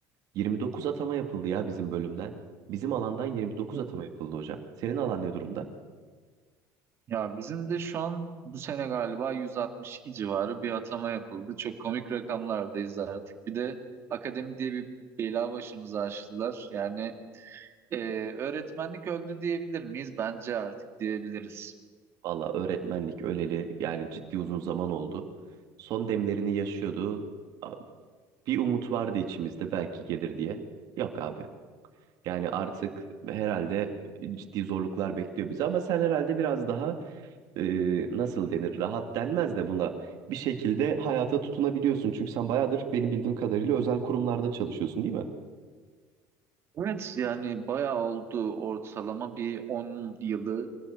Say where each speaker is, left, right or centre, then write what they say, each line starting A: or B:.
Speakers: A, on the right; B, on the right.
A: 29 atama yapıldı ya bizim bölümden. Bizim alandan 29
B: Hı.
A: atama yapıldı hocam. Senin alan ne durumda?
B: Ya bizim de şu an bu sene galiba 162 civarı bir atama yapıldı. Çok komik rakamlardayız artık. Bir de akademi diye bir bela başımıza açtılar. Yani e, öğretmenlik öldü diyebilir miyiz? Bence artık diyebiliriz.
A: Valla öğretmenlik öleli yani ciddi uzun zaman oldu. Son demlerini yaşıyordu. A- Bir umut vardı içimizde belki gelir diye. Yok abi. Yani artık herhalde ciddi zorluklar bekliyor bizi ama sen herhalde biraz daha e, nasıl denir rahat denmez de buna bir şekilde hayata tutunabiliyorsun. Çünkü sen bayağıdır benim bildiğim kadarıyla özel kurumlarda çalışıyorsun değil mi?
B: Evet yani bayağı oldu ortalama bir 10 yılı